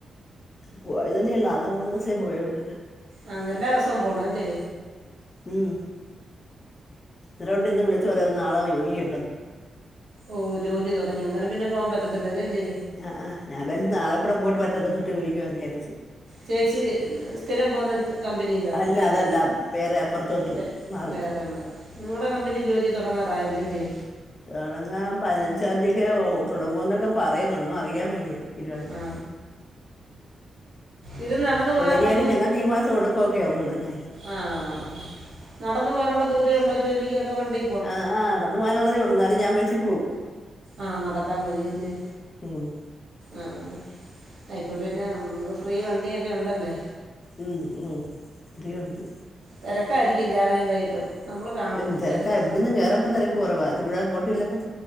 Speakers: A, on the left; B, on the right.
A: പോയതന്നെ ഇല്ലാ ആകെ മൂന്ന് മാസേ പോയോള്ളൂ.
B: ആഹ് എല്ലാ ദിവസോം പോണം അല്ലേ.
A: ഉം, ഇതുകൊണ്ട് ഇന്ന് വിളിച്ചു പറയും നാളെ ജോലിയുണ്ടെന്ന്
B: ഓഹ് ജോലി തുടങ്ങി അന്നേരം പിന്നെ പോകാൻ പറ്റത്തില്ലല്ലേ ഇല്ലേ
A: അ ആഹ്, ഞാൻ വരെ നാളെ കൂടെ പോയിട്ട് മറ്റന്ന തൊട്ട് വിളിക്കുവാന്ന് വിചാരിച്ച്
B: ചേച്ചി സ്ഥിരം പോവ്ന്ന കമ്പനിയിലോ
A: അല്ല
B: ജോലി,
A: അതല്ല വേറെ അപ്പുറത്തോട്ട്
B: അതെ
A: മാറി
B: വേറെ മാറി നിങ്ങടെ കമ്പനി ജോലി തുടങ്ങാറായല്ലേ അല്ലേ
A: തൊടങ്ങാൻ പതിനഞ്ചാം തീയക്കെ <unintelligible> തുടങ്ങുവ എന്നൊക്കെ പറയുന്നു ഒന്നും അറിയാൻ വയ്യ ഇരുവായിട്ട്
B: ആ ഇത് നടന്നു
A: തുടങ്ങിയാലും
B: പോകാനുള്ള
A: ഞങ്ങക്ക് ഈ മാസം ഒടുക്കുവൊക്കെ ആവും തുടങ്ങാന്
B: ആഹ് നടന്ന് പോവാനുള്ള ദൂരേ ഒള്ളോ ജോലിക്ക് അതോ വണ്ടി
A: ആഹ് ആഹ് നടന്ന് പോകാനുള്ളതേ ഉള്ളൂ, എന്നാലും ഞാൻ ബസ്സി പോവും
B: ആഹ് നടക്കാൻ വയ്യല്ലേ
A: ഉം
B: ആഹ് ട്ടയ് <unintelligible> പിന്നെം ഫ്രീ വണ്ടിയൊക്കെ ഉണ്ടല്ലേ
A: ഉം ഉം ഫ്രീ ഉണ്ട്.
B: തെരക്കായിരിക്കും രാവിലെയും വൈകിട്ടും നമ്മൾ കാണും
A: <unintelligible> തെരക്കാ
B: തിരക്ക്
A: ഇവിടന്ന് കെയറമ്പം തെരക്ക് കൊറവാ, ഇവടെ അങ്ങോട്ട് ഇള്ളപ്പം